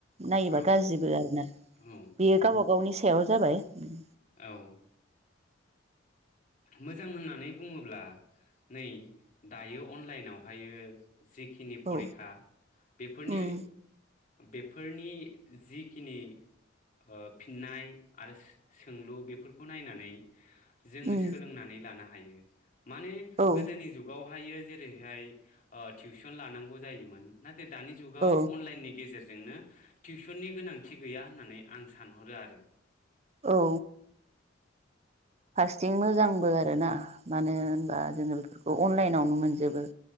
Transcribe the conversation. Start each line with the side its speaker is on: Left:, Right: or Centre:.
Right: नायोबा
Left: औ
Right: गाज्रिबो आरो ना
Left: औ
Right: बेयो गावबा गावनि सायाव जाबाय। उम।
Left: औ। मोजां होननानै बुङोब्ला नै दायो अनलाइनावहायो जिखिनि परिक्षा
Right: औ
Left: बेफोरनि
Right: उम
Left: बेफोरनि जिखिनि ओ फिननाय आरो सोंलु बेफोरखौ नायनानै जोङो
Right: उम
Left: सों नानै लानो हायो। माने
Right: औ
Left: गोदोनि जुगाव बेवहायो जेरैहाय ओ थिउसन लानांगौ जायोमोन ना दानि जुगाव
Right: औ
Left: अनलाइननि गेजेर जोंनो टिउसननि गोनांथि गैया होननानै आं सानहरो आरो
Right: औ। फारसेथिं मोजांबो आरोना मानो होनबा जोङो बेफोरखौ अनलाइनावनो मोनजोबो।